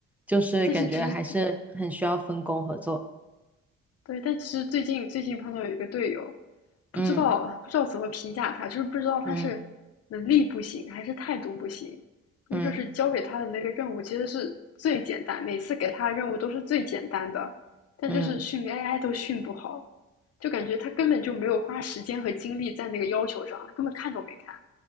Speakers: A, in the centre; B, on the left (about 55°).
A: 就是感觉还是很需要分工合作。
B: 但是其实对，但其实最近最近碰到有一个队友，不知道不知道怎么评价他，
A: 嗯
B: 就是不知道他是能力不行还是态度不行，
A: 嗯
B: 因为就是交给他的那个任务其实是最简单，
A: 嗯
B: 每次给他的任务都是最简单的，但就是训
A: 嗯，
B: AI 都训不好，就感觉他根本就没有花时间和精力在那个要求上，他根本看都没看，